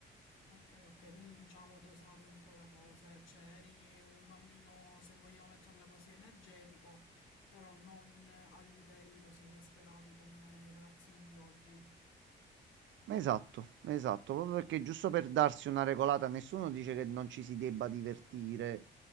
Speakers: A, on the left; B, on the right.
A: Ok, ok, quindi diciamo dosavi un po' la cosa, cioè eri un bambino, se vogliamo metterla così, energetico, però non a livelli così esasperati come i ragazzini di oggi.
B: Ma Esatto, ma esatto, proprio perché giusto per darsi una regolata, nessuno dice che non ci si debba divertire